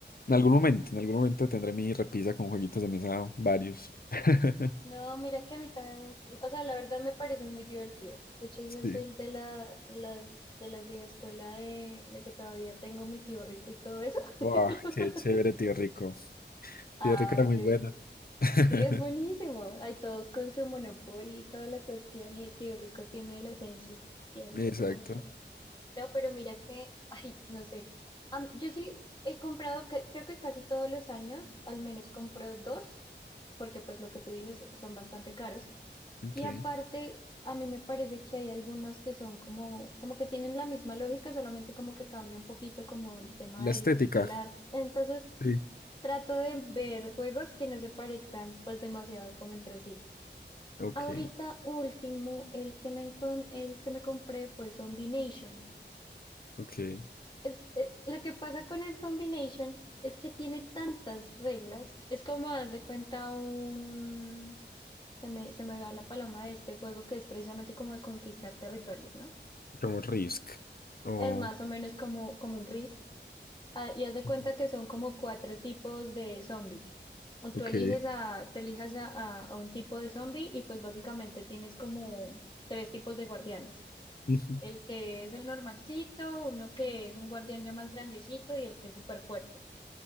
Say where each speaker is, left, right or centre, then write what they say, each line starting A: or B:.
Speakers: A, on the left; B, on the left.
A: en algún momento, en algún momento tendré mi repisa con jueguitos de mesa varios. <laughs>
B: No, mira que a mí también me, enc- o sea, la verdad me parecen muy divertidos. De hecho, yo
A: Sí.
B: soy de la, las, de las vieja escuela de, de que todavía tengo mi tío rico y todo eso.
A: Wow,
B: <laughs>
A: qué chévere, tío Rico.
B: Ah,
A: Tío Rico era muy
B: sí,
A: bueno. <laughs>
B: sí, es buenísimo. Hay todos con su monopolio y toda la cuestión y el tío rico tiene la esencia. Tío rico
A: Exacto.
B: tiene mucho. No, pero mira que, ay, no sé. Am- yo sí he comprado, ca- creo que casi todos los años, al menos compro dos, porque pues lo que tú dices son bastante caros.
A: ok.
B: Y aparte, a mí me parece que hay algunos que son como, como que tienen la misma lógica, solamente como que cambia un poquito como el tema
A: La
B: del,
A: estética.
B: del arte. Entonces,
A: Sí.
B: trato de ver juegos que no se parezcan pues demasiado como entre sí.
A: Ok,
B: Ahorita último, el que me, encon- el que me compré fue Zombie Nation.
A: ok.
B: Es, eh, lo que pasa con el Zombie Nation es que tiene tantas reglas. Es como, haz de cuenta, un... Se me, se me va la paloma de este juego que es precisamente como de conquistar territorios, ¿no?
A: Como Risk. Oh,
B: Es más o menos como, como un RIS. ah, y haz de cuenta
A: Ujú.
B: que son como cuatro tipos de zombies. O
A: ok.
B: Tú eliges a, te elijas a, a, a un tipo de zombie y pues básicamente tienes como tres tipos de guardianes.
A: <laughs>
B: El que es el normalcito, uno que es un guardián ya más grandecito y el que es súper fuerte.